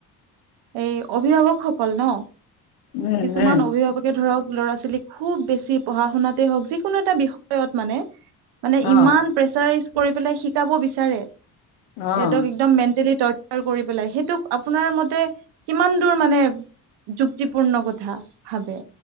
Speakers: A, on the right; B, on the left.
A: এই অভিভাৱকসকল ন
B: উম
A: কিছুমান
B: উম
A: অভিভাৱকে ধৰক ল'ৰা ছোৱালীক খুব বেছি পঢ়া-শুনাতে হক যি কোনো এটা বিষয়ত মানে মানে
B: অ
A: ইমান প্ৰেচাৰ কৰি পেলাই শিকাব বিচাৰে। সিহঁতক
B: অ
A: একদম মেণ্টেলি টৰ্চাৰ কৰি পেলাই সেইটোক আপোনাৰ মতে কিমান দূৰ মানে যুক্তিপূৰ্ণ কথা ভাবে?